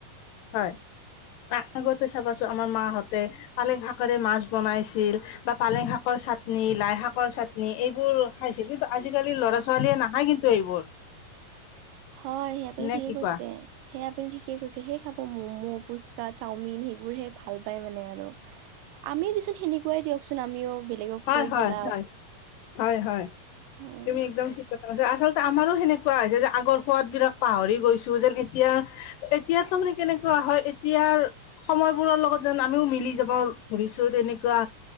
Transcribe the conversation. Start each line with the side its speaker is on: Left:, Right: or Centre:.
Left: হয়। <unintelligible> আগতে চাবাচো আমাৰ মাহঁতে পালেং শাকেৰে মাছ বনাইছিল বা পালেং শাকৰ চাটনি লাই শাকৰ চাটনি এইবোৰ খাইছিল কিন্তু আজিকালি ল'ৰা ছোৱালীয়ে নাখায় কিন্তু এইবোৰ।
Right: <inaudible> হয় সেই আপুনি
Left: নে
Right: ঠিকে
Left: কি
Right: কৈছে
Left: কোৱা
Right: সেয়া আপুনি ঠিকে কৈছে সেই চা অ' ম'ম' পুচকা চাওমিন সেইবোৰহে ভাল পায় মানে আৰু। আমি দিচোন সেনেকুৱাই দিয়কচোন আমিও। বেলেগক
Left: হয়
Right: কৈ
Left: হয়
Right: কি লাভ
Left: হয়, হয় হয়,
Right: হয়,
Left: তুমি একদম ঠিক <unintelligible> আচলতে আমাৰো সেনেকুৱা হৈছে যে আগৰ সোৱাদবিলাক পাহৰি গৈছোঁ যেন এতিয়া এতিয়া মানে কেনেকুৱা হয় এতিয়া সময়বোৰৰ লগত যেন আমিও মিলি যাব ধুৰিছোঁ তেনেকুৱা